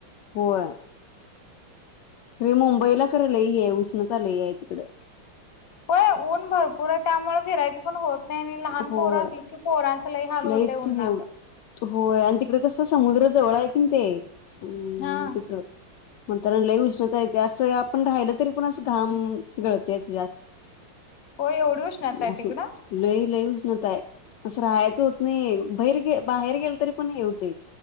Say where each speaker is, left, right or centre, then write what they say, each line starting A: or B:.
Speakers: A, on the left; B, on the left.
A: होय. तरी मुंबईला क ल ह आहे उष्णत आलं आहे तिकड
B: होय ऊन भरपूर आहे त्यामुळे फिरायचं पण होत नाही लहान
A: होय
B: पोरं असलं की. पोरांच लय हाल होतेय
A: लईच
B: उन्हात
A: हे होत. होय आणि तिकडे कस समुद्र जवळ आहे कि ते अ
B: हा
A: तिथ म्हण तरण लई उष्णता येते असं आपण राहिलं तरी पण अस घाम गळते असं जास्त.
B: होय एवढी उष्णता आहे
A: अस
B: तिकडं?
A: लई लइ उष्णता हाय. असं राहायचं होत नाही बहीर बाहेर गेल तरी पण हे होते